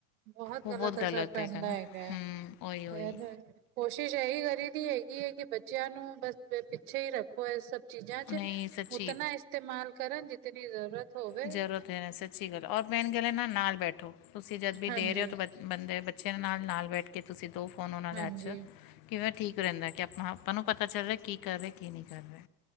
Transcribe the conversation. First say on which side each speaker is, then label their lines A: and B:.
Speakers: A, on the right; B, on the left.
A: ਬਹੁਤ
B: ਉਹ
A: ਗ਼ਲਤ
B: ਗਲਤ
A: ਅਸਰ ਪੈਂਦਾ
B: ਨਾ
A: ਹੈਗਾ ਹੈ
B: ਹੂੰ ਉਹੀ ਉਹੀ
A: ਤੇ ਕੋਸ਼ਿਸ਼ ਏਹੀ ਕਰੀ ਦੀ ਹੈਗੀ ਹੈ ਕਿ, ਬੱਚੇਆਂ ਨੂੰ ਬਸ ਪਿੱਛੇ ਹੀ ਰੱਖ- ਓ ਏਹ ਸਭ ਚੀਜ਼ਾਂ ਚ,
B: ਨਹੀਂ ਸੱਚੀ
A: ਉਤਨਾ ਇਸਤੇਮਾਲ ਕਰਨ ਜਿਤਨੀ ਜ਼ਰੂਰਤ। ਹੋਵੇ
B: ਜ਼ਰੂਰਤ ਹੈ, ਸੱਚੀ ਗੱਲ, ਔਰ ਮੇਨ ਗਲ ਆ ਨਾਲ ਬੈਠੋ, ਤੁਸੀਂ ਜਦ ਵੀ
A: ਹਾਂਜੀ
B: ਦੇ ਰਹੇ ਹੋ ਬੇ ਬੰਦੇ ਬੱਚਿਆਂ ਨਾਲ- ਨਾਲ ਬੈਠ ਕੇ ਤੁਸੀਂ ਦੋ ਫੋਨ ਓਹਨਾਂ ਦੇ
A: ਹਾਂਜੀ
B: ਹੱਥ ਚ ਕੇਹੜਾ ਠੀਕ ਰੈਂਦਾ, ਕਿ ਆਪਾਂ -ਆਪਾਂ ਨੂੰ ਪਤਾ ਚੱਲ ਰੇਆ ਕੀ ਕਰ ਰਏ, ਕੀ ਨਈ ਕਰ ਰਏ।